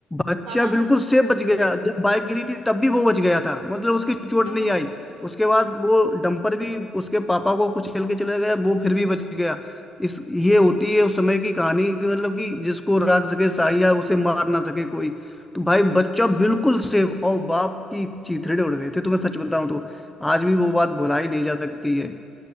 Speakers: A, in the centre; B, on the right.
A: बच्चा
B: हाँ हाँ
A: बिल्कुल सेफ बच गया जब बाइक गिरी थी तब भी वो बच गया था मतलब उसकी चोट
B: हम्म,
A: नहीं
B: हम्म।
A: आई उसके बाद वो डंपर भी उसके पापा को कुचल के चला गया वो फिर भी बच गया इस ये होती है उस समय की कहानी कि मतलब कि जिसको राख सके साई या उसे मार ना सके कोई तो भाई बच्चा बिल्कुल सेफ और बाप की चीथड़े उड़ गए थे तुम्हें सच बताऊं तो आज भी वो बात भुलाई नहीं जा सकती है